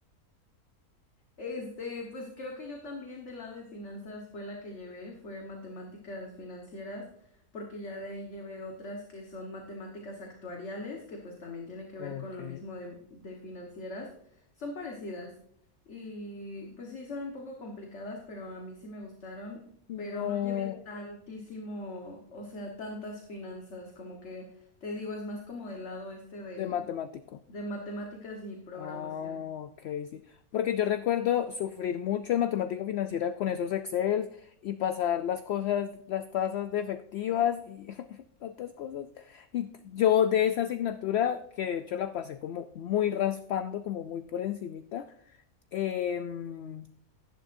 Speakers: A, on the left; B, on the left.
A: Este, pues creo que yo también del lado de finanzas fue la que llevé, fue matemáticas financieras, porque ya de ahí llevé otras que son matemáticas actuariales, que pues también tienen que
B: Ok.
A: ver con lo mismo de, de financieras, son parecidas y pues sí, son un poco complicadas, pero a mí sí me gustaron,
B: No,
A: pero no llevé tantísimo, o sea, tantas finanzas, como que te digo, es más como del lado este de,
B: de matemático.
A: de matemáticas y programación.
B: Ah, ok, sí. Porque yo recuerdo sufrir mucho en matemática financiera con esos Excel y pasar las cosas, las tasas de efectivas y <laughs> tantas cosas. Y t- yo de esa asignatura, que de hecho la pasé como muy raspando, como muy por encimita, em,